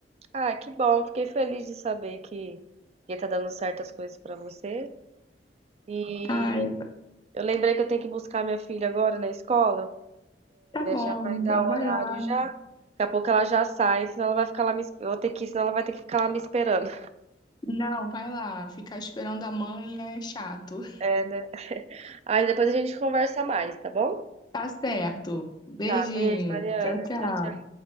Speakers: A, on the right; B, on the left.
A: Ah, que bom. Fiquei feliz de saber que que tá dando certas coisas para você. E
B: Ai,
A: eu lembrei que eu tenho que buscar minha filha agora na escola.
B: tá bom,
A: já
B: amiga,
A: vai dar
B: vai
A: o horário
B: lá.
A: já. Daqui a pouco ela já sai, senão ela vai ficar lá me, es- eu vou ter que, ir, senão ela vai ter que ficar lá me esperando.
B: Não, vai lá. Ficar esperando a mãe é chato.
A: É, né? <laughs> Aí depois a gente conversa mais, tá bom?
B: Tá certo. Beijinho.
A: Tá, beijo, Mariana.
B: Tchau, tchau.
A: Tchau, tchau.